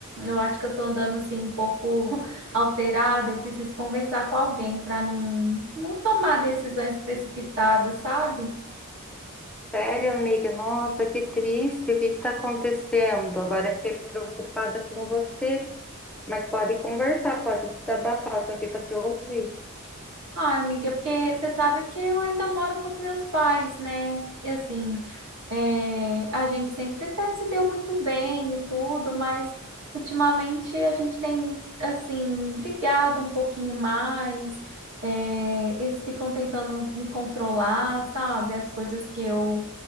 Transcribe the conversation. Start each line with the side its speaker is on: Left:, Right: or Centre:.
Right: eu acho que eu tô andando assim um pouco <laughs> alterada, eu preciso conversar com alguém para não não tomar decisões precipitadas, sabe?
Centre: Sério, amiga? Nossa, que triste. O que está acontecendo? Agora fiquei preocupada com você, mas pode conversar, pode desabafar. Estou aqui para te ouvir.
Right: Ah, amiga, é porque você sabe que eu ainda moro com os meus pais, né? E assim, É, a gente sempre até se deu muito bem e tudo, mas ultimamente a gente tem, assim, brigado um pouquinho mais. É, eles ficam tentando me controlar, sabe? As coisas que eu,